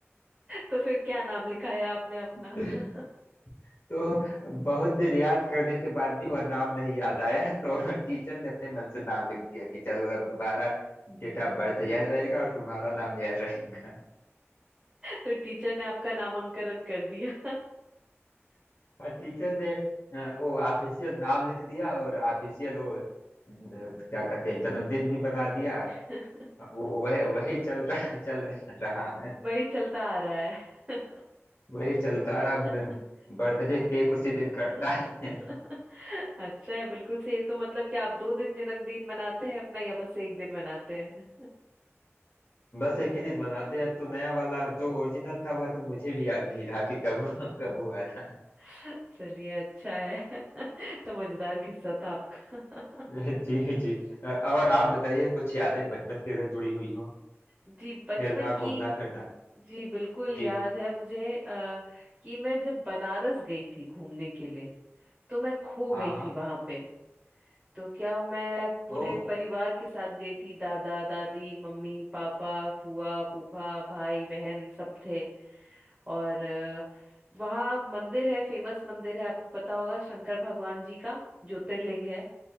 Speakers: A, on the right; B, on the left.
A: तो फिर क्या नाम लिखाया आपने अपना
B: लिए
A: <laughs>
B: तो बहुत देर याद करने के बाद भी वह नाम नहीं याद आया तो टीचर ने अपने मन से नाम लिख दिया कि चलो अब तुम्हारा डेट ऑफ बर्थ यह रहेगा और तुम्हारा नाम यह रहेगा
A: तो टीचर ने आपका नामांकन कर दिया
B: और टीचर ने अ, वो ऑफिशियल नाम लिख दिया और ऑफिशियल वो अ, क्या कहते हैं जन्मदिन भी बना दिया
A: <laughs>
B: अब वो वह वही चल रहा चल रहा है
A: वही चलता आ रहा है
B: वही चलता
A: <laughs>
B: रहा बर्थडे केक उसी दिन कटता
A: <laughs>
B: है
A: अच्छा है बिल्कुल से ये तो मतलब कि आप दो दिन जन्मदिन मनाते हैं अपना या बस एक दिन मनाते हैं
B: बस एक ही दिन मनाते हैं अब तो नया वाला जो ओरिजिनल था वह तो मुझे भी याद नहीं रहा कि कब कब हुआ था
A: <laughs> चलिए अच्छा है <laughs> तो मजेदार किस्सा था आपका <laughs>
B: जी जी और आप बताइए कुछ यादें बचपन की अगर जुड़ी हुई हो
A: जी बचपन
B: खेलना
A: की
B: घूमना फिरना
A: जी बिल्कुल
B: जी
A: याद है मुझे आ, कि मैं जब बनारस गई थी घूमने के लिए तो मैं खो
B: हाँ
A: गई
B: हाँ
A: थी वहां पे तो क्या हो, मैं पूरे
B: ओ
A: परिवार के साथ गई थी दादा दादी मम्मी पापा फूआ फूफा भाई बहन सब थे और अ, वहाँ मंदिर है फेमस मंदिर है आपको पता होगा शंकर भगवान जी का ज्योतिर्लिंग है